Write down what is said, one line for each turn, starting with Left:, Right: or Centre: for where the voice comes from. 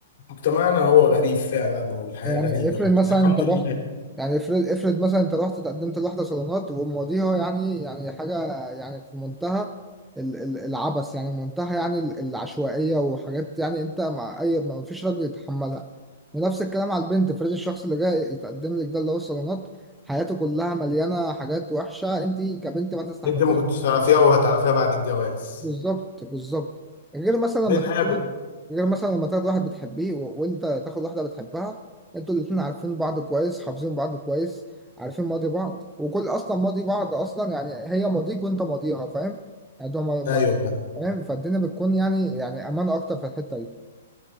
Left: مجتمعنا هو غريب فعلا والحياه
Centre: يعني
Left: غريبه
Centre: افرض مثلا
Left: بس الحمد
Centre: انت
Left: لله
Centre: رحت يعني افرض افرض مثلا انت رحت تقدمت لواحدة صالونات ومواضيعها يعني يعني حاجة يعني في منتهى ال- ال- العبث يعني منتهى يعني ال- العشوائية وحاجات يعني انت مع اي ما فيش راجل يتحملها ونفس الكلام على البنت افرض الشخص اللي جاي يتقدم لك ده اللي هو الصالونات حياته كلها مليانة حاجات وحشة انت كبنت ما تستحملهاش
Left: انت ما كنتش تعرفيها وهتعرفيها بعد الجواز
Centre: بالظبط بالظبط غير مثلا
Left: بنقابل
Centre: لما تاخد واحد- غير مثلا لما تاخد واحد بتحبيه و... وانت تاخد واحده بتحبها انتوا الاتنين عارفين بعض كويس حافظين بعض كويس عارفين ماضي بعض وكل اصلا ماضي بعض اصلا يعني هي ماضيك وانت ماضيها فاهم يعني ده ما... ما...
Left: ايوه فاهم
Centre: فاهم فالدنيا بتكون يعني يعني امان اكتر في الحته دي